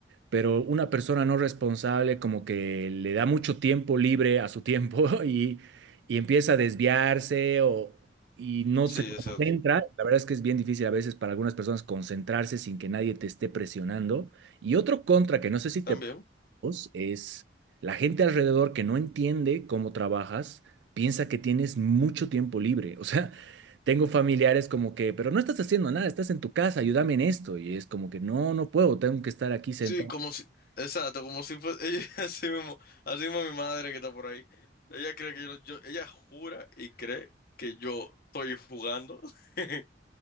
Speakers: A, on the right; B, on the left.
A: pero una persona no responsable como que le da mucho tiempo libre a su tiempo <laughs> y, y empieza a desviarse o, y no
B: Sí,
A: se concentra.
B: es cierto.
A: La verdad es que es bien difícil a veces para algunas personas concentrarse sin que nadie te esté presionando. Y otro contra que no sé si te
B: También.
A: Dos, es la gente alrededor que no entiende cómo trabajas, piensa que tienes mucho tiempo libre. O sea, <laughs> tengo familiares como que, pero no estás haciendo nada, estás en tu casa, ayúdame en esto. Y es como que, no, no puedo, tengo que estar aquí sentado.
B: Sí, como si, exacto, como si fuese, ella, <laughs> así mismo, así mismo mi madre que está por ahí. Ella cree que yo, no- yo, ella jura y cree que yo estoy jugando. <laughs>